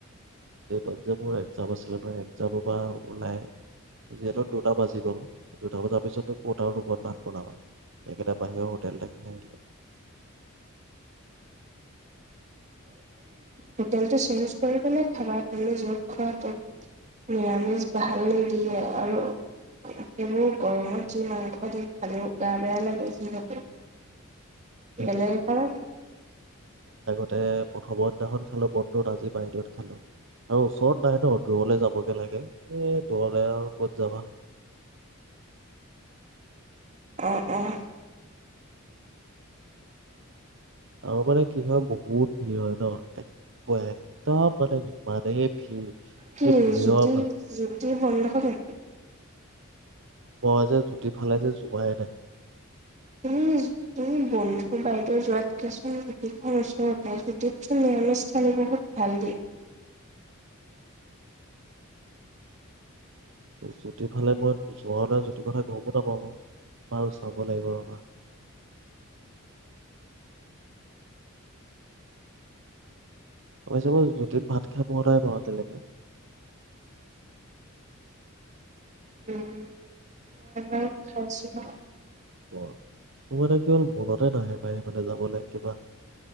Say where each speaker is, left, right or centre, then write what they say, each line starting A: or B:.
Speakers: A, on the right (about 60°); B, on the right (about 35°).
A: ডেটৰ যে মোৰ এক্জাম আছিলে নহয় একজামৰ পৰা ওলাই যিহেতু দুটা বাজি গ'ল দুটা বজাৰ পিছতো কত আৰু ৰুমত ভাত বনাবা এককেইটা বাহিৰৰ হোটেল আহিল।
B: হোটেলটো চেঞ্জ কৰি পেলাই খাবা তুমি য'ত খোৱাটো নিৰামিষ ভাল নিদিয়ে আৰু সেইবোৰ গৰমত যি মাংস দিয়ে খালেও গো বেয়া লাগে যিহেতু।
A: সেইটোৱে
B: বেলেগ এঘৰে
A: তাতে প্ৰথমৰ দিনাখন খালো বন্ধত আজি বাহিৰত খালো আৰু ওচৰত নাই ন দূৰলৈ যাবগে লাগে। এ দলে আৰু ক'ত যাবা।
B: অঁ অঁ
A: <inaudible> কিবা বহুত ভীৰ হয় ন। একদম মানে। মানে এই ভিৰ এই
B: কি
A: ভিৰৰ
B: জুতি
A: মান।
B: জুতি বন্ধ <unintelligible>
A: ব যে জুতি ফালে যে জোঁৱাই নাই।
B: তুমি তুমি বন্ধু বাইদেউ যোৱাতকে চোন জোতি ওচৰতে জতিৰ্থ নিয়ম সানী বহুত ভাল দে।
A: আছা ঠিক। ইফালে মই যোৱানা যিটো কথা গমো নাপাওঁ বাৰু চাব লাগিব ৰবা। <unintelligible> <unintelligible> ভাত খাই পোৱা নাই বাৰু এতিয়ালৈকে।
B: উম'। অঁ খাইছো ন'।
A: <unintelligible> কেৱল মনতে নাহে পায়ি মানে যাবলৈ কিবা